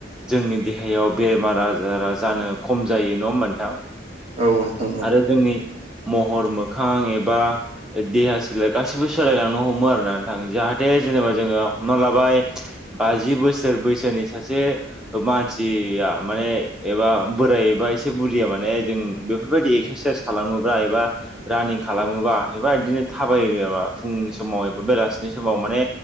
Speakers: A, in the centre; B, on the right.
A: जोंनि देहायाव बेमार आजारा जानो खम जा जायो नङा होनबा नोंथां?
B: औ नोंथां औ।
A: आरो जोंनि महर मोखां एबा देहा सोलाय गाैबो सोलायलांनो हमो आरोना जाहाथे जेनेबा जोङो हमना लाबाय बाजि बोसोर बैसोनि सासे मानसिया माने एबा बोरायबाय खायसे बुरिया माने जों बेफोरबायदि एक्सारसाइस खालामोबा एबा रानिं खालामोबा एबा बिदिनो थाबायोब्ला फुंनि समाव एबा बेलासिनि समाव माने